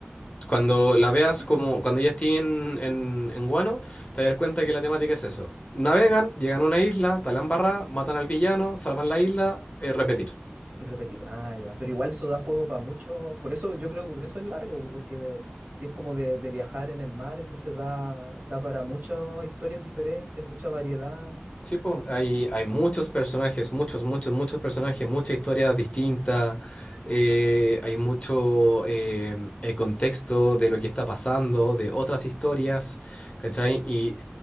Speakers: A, on the left (about 30°); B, on the right (about 45°).
A: Cuando la veas
B: <clears throat>
A: como cuando ya esté en, en, en Guano, te vas a dar cuenta que la temática es eso. Navegan, llegan a una isla, talan barra, matan al villano, salvan la isla, eh, repetir.
B: Y repetir, ah, ya, pero igual eso da juego para mucho, por eso yo creo que por eso es largo, porque de- si es como de, de viajar en el mar, entonces da, da para muchas historias diferentes, mucha variedad.
A: Sí, po, hay, hay muchos personajes, muchos, muchos, muchos personajes, muchas historias distintas, eh, hay mucho em, eh, contexto de lo que está pasando, de otras historias, ¿cachai? Y